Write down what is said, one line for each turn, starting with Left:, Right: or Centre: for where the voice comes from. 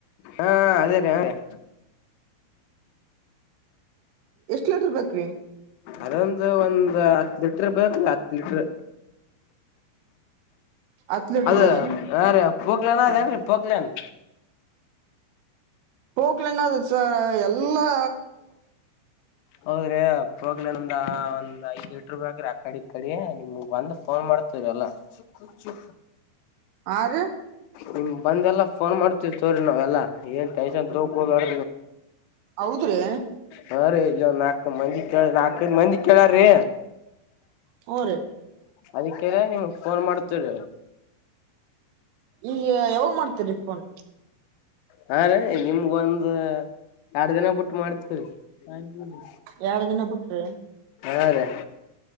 Left: ಹಾ ಅದೇ ರೀ ರ
Right: ಎಷ್ಟ ಲೀಟರ್ ಬೇಕ್ರಿ
Left: ಅದೊಂದು ಒಂದ್ ಹತ್ ಲಿಟ್ರ ಬೇಕೇಕ ಹತ್ ಲಿಟ್ರ
Right: ಹತ್ ಲೀಟರ್
Left: ಅದ
Right: ರೀ
Left: ವಾರ ಪಕಲಾನ ಅ ಯಿ ಪಕಲನ್
Right: ಟೋಕ್ಲೆನ ಸರ್ ಎಲ್ಲಾ
Left: ಹೌದ್ರಿ ಹೋಗ್ಲ ನಮಂದ ಒಂದ್ ಐದ್ ಎಟರು ಬ್ರಿ ಆಕಡಿ ಇ ಕಡಿ ನಿಮ್ಗ್ ಬಂದ್ ಫೋನ್ ಮಾಡ್ತೇವೆ ಅಲ್ಲ ಚಿ ಚಿ
Right: ಅರೆ
Left: ನಿಮ್ ಬಂದೆಲ್ಲ ಫೋನ್ ಮಾಡ್ತೀವಿ ಸೋರಿ ನಾವೆಲ್ಲಾ ಏನ್ ಟೈ ಹೋಗಾಡ
Right: ಹೌದ್ರಿ
Left: ಹ ರೀ ಇಲ್ಲ ಒಂದ ನಾಕ ಮಂದಿಳ ನಾಕೈದು ಮಂದಿ ಕೇಳಾರ್ರೀ
Right: ಹು ರಿ
Left: ಅದಕ್ಕೆರ ನಿಮ್ ಫೋನ್ ಮಾಡ್ತೀರ
Right: ಈಗ ಯಾವಾಗ ಮಾಡ್ತೀರಿ ಫೋನ್
Left: ಹಾ ರೆ ಒಂದ ಎರಡು ದಿನ ಬಿಟ್ಟು ಮಾಡ್ತೀರಿ ಹ್ಮ
Right: ಎರಡ್ ದಿನ ಬಿಟ್ರಿ
Left: ಹಾ ರೀ